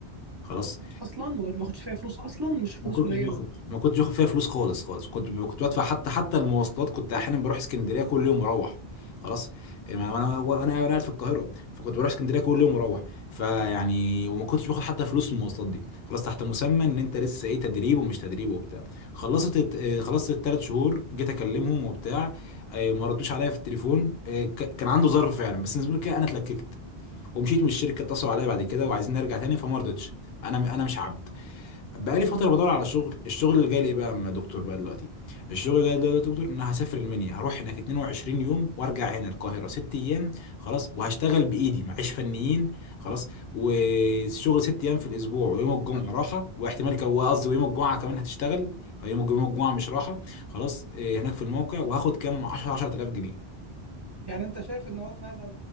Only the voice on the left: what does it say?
خلاص
ما كنتش
باخد ما كنتش باخد فيها فلوس خالص خالص كنت كنت بدفع حتى حتى المواصلات كنت احيانا بروح اسكندريه كل يوم واروح خلاص إيه، ما- وانا وانا وانا قاعد في القاهره فكنت بروح اسكندريه كل يوم واروح فيعني وما كنتش باخد حتى فلوس المواصلات دي خلاص تحت مسمى ان انت لسه ايه تدريب ومش تدريب وبتاع خلصت الت- آه، خلصت الثلاث شهور جيت اكلمهم وبتاع آه، ما ردوش عليا في التليفون آه، ك- كان عنده ظرف فعلا بس زي ما كده انا اتلككت ومشيت من الشركه اتصلوا عليا بعد كده وعايزين نرجع تاني فما رضيتش انا انا مش عبد بقالي فترة بدور على شغل الشغل اللي جاي لي إيه بقى يا دكتور بقى دلوقتي الشغل اللي جاي لي دلوقتي يا دكتور ان أنا هسافر المنيا هروح هناك 22 يوم وارجع هنا القاهرة ست ايام خلاص وهشتغل بايدي معيش فنيين خلاص والشغل ست ايام في الاسبوع ويوم الجمعة راحة واحتمال كو- قصدي ويوم الجمعة كمان هتشتغل يوم الج- يوم الجمعة مش راحة خلاص إيه، هناك في الموقع وهاخد كام 10 10000 جنيه